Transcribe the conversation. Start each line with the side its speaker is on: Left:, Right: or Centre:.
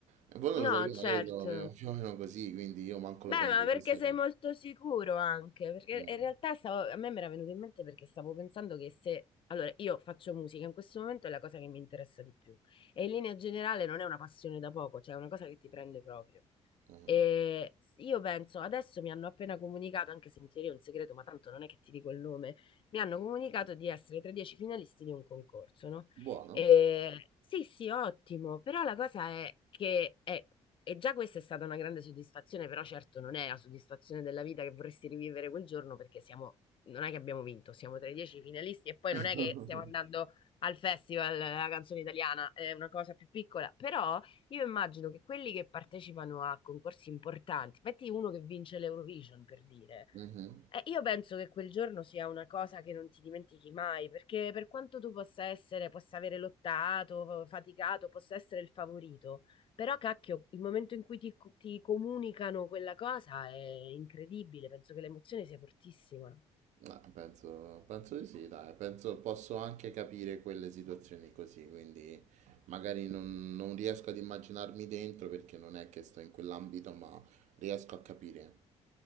Right: E poi non
Left: No,
Right: lo so, io
Left: certo.
Right: magari lo avevo più o meno così, quindi io manco
Left: Beh,
Right: lo prendo
Left: ma perché
Right: giusto
Left: sei
Right: che...
Left: molto sicuro anche? Perché
Right: eh,
Left: in realtà stavo- a me mi era venuto in mente perché stavo pensando che se... Allora, io faccio musica, in questo momento è la cosa che mi interessa di più. E in linea generale non è una passione da poco, cioè è una cosa che ti prende proprio.
Right: eh.
Left: E io penso, adesso mi hanno appena comunicato, anche se in teoria è un segreto, ma tanto non è che ti dico il nome, mi hanno comunicato di essere tra i dieci finalisti di un concorso, no?
Right: Buono.
Left: E, sì, sì, ottimo, però la cosa è che è, e già questa è stata una grande soddisfazione, però certo non è la soddisfazione della vita che vorresti rivivere quel giorno perché siamo, non è che abbiamo vinto, siamo tra i dieci finalisti e poi
Right: <laughs>
Left: non è che stiamo andando al festival, eh, la canzone italiana, è una cosa più piccola, però io immagino che quelli che partecipano a concorsi importanti, metti uno che vince l'Eurovision per dire,
Right: Mhm.
Left: eh, io penso che quel giorno sia una cosa che non ti dimentichi mai, perché per quanto tu possa essere, possa avere lottato, faticato, possa essere il favorito, però cacchio, il momento in cui ti, ti comunicano quella cosa è incredibile, penso che l'emozione sia fortissima.
Right: Eh, penso, penso di sì, dai, penso posso anche capire quelle situazioni così, quindi magari non, non riesco ad immaginarmi dentro perché non è che sto in quell'ambito, ma riesco a capire.